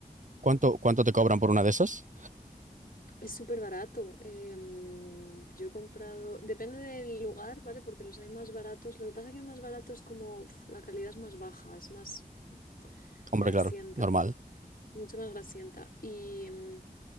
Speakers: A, on the right; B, on the left.
A: ¿Cuánto, cuánto te cobran por una de esas?
B: Es súper barato. em, yo he comprado, depende del lugar, ¿vale? Porque los hay más baratos. Lo que pasa es que el más barato es como, uf, la calidad es más baja, es más
A: Hombre,
B: grasienta,
A: claro, normal,
B: mucho más grasienta. Y em,